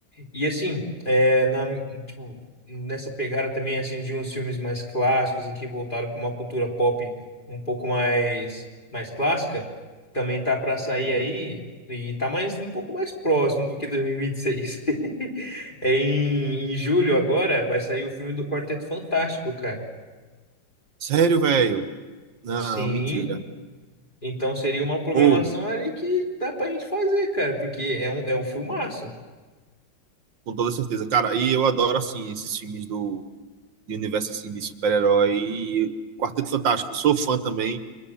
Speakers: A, on the left; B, on the right.
A: E assim, é, na, tipo, nessa pegada também assim de uns filmes mais clássicos aqui voltado para uma cultura pop um pouco mais mais clássica, também tá para sair
B: Uhum.
A: aí e tá mais um pouco mais próximo do que 2026. <laughs> É em, em julho agora vai sair o filme do Quarteto Fantástico, cara.
B: Sério, velho? Não,
A: Sim,
B: mentira.
A: então seria uma programação
B: Ou,
A: ali que dá pra gente fazer, cara, porque é um, é um filmaço.
B: com toda certeza. Cara, e eu adoro, assim, esses filmes do de universo, assim, de super-herói. E Quarteto Fantástico, sou fã também.